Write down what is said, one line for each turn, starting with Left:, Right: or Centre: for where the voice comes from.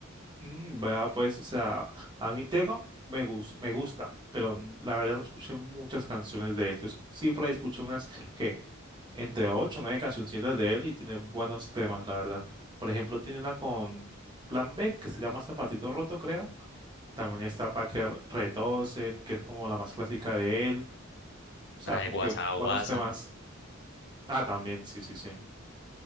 Right: Mm, vea, pues, o sea, a mí Tego me gus- me gusta, pero la verdad no escuché muchas canciones de él. Yo s- sí por ahí escuché unas que entre ocho o nueve cancioncitas de él y tiene buenos temas, la verdad. Por ejemplo, tiene una con Plan B que se llama Zapatito Roto, creo. También está para que retosen, que es como la más clásica de él. O sea,
Left: La
Right: como
Left: de Guasa
Right: que
Left: Guasa.
Right: buenos temas. Ah, también, sí, sí, sí.